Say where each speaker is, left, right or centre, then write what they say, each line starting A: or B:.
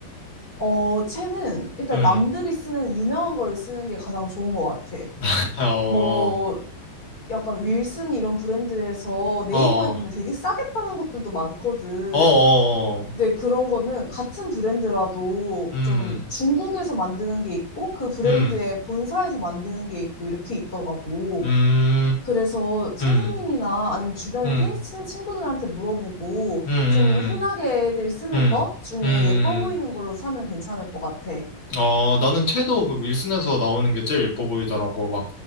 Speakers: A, on the left; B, on the left.
A: 어, 채는 일단
B: 음.
A: 남들이 쓰는 유명한 걸 쓰는 게 가장 좋은 것 같아.
B: <laughs> 어.
A: 뭐, 약간 윌슨 이런 브랜드에서 네이버에
B: 어, 어,
A: 보면 되게 싸게 파는 것들도 많거든.
B: 어, 어, 어.
A: 근데 그런 거는 같은 브랜드라도
B: 음,
A: 좀 중국에서 만드는 게 있고 그 브랜드의
B: 음,
A: 본사에서 만드는 게 있고 이렇게 있더라고.
B: 음,
A: 그래서 선생님이나
B: 음,
A: 아니면 주변에
B: 음,
A: 테니스 치는 친구들한테 물어보고
B: 음,
A: 좀 흔하게들 쓰는
B: 음,
A: 거 중에
B: 음, 음.
A: 예뻐 보이는 걸로 사면 괜찮을 것 같아.
B: 어, 나는 채도 그 윌슨에서 나오는 게 제일 예뻐 보이더라고. 막,